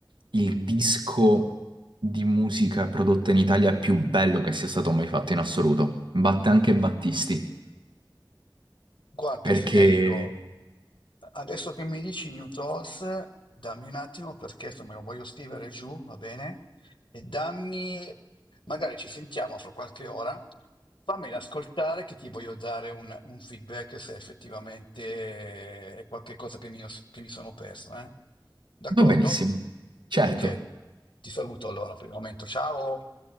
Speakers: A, on the right; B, on the left.
A: il disco di musica prodotta in Italia più bello che sia stato mai fatto in assoluto. Batte anche Battisti,
B: Guarda
A: perché
B: Federico, adesso che mi dici New Thoughts, dammi un attimo perché se me lo voglio scrivere giù, va bene? E dammi, magari ci sentiamo fra qualche ora, fammela ascoltare che ti voglio dare un, un feedback se effettivamente è qualcosa che mi, che mi sono perso, eh? D'accordo?
A: va benissimo. Certo,
B: Ok, ti saluto allora per il momento, ciao!